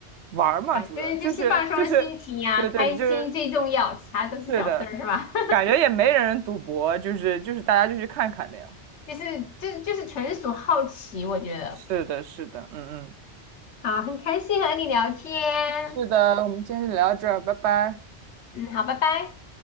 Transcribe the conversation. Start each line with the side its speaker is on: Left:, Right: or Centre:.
Right: 玩儿嘛，
Left: 反正就是放松心情呀、
Right: 主要就是就是对对就是
Left: 开心最重要，其他都是小事儿，
Right: 是的，
Left: 是吧？
Right: 感觉也没人赌博，就是就是大家就去看看那样。
Left: <laughs> 就是就是就是纯属好奇，我觉得。
Right: 是的，是的，嗯嗯，
Left: 好，很开心和你聊天，
Right: 是的，我们今天就聊到这儿，拜拜。
Left: 嗯，好，拜拜。